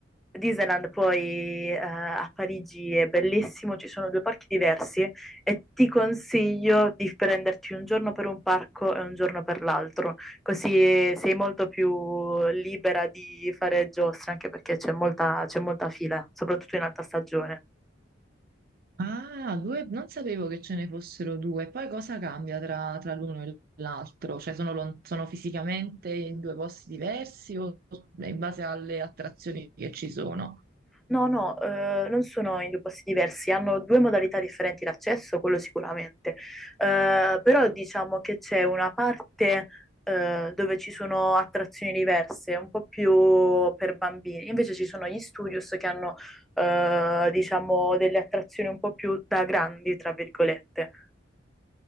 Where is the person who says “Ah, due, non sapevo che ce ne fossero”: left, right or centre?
Right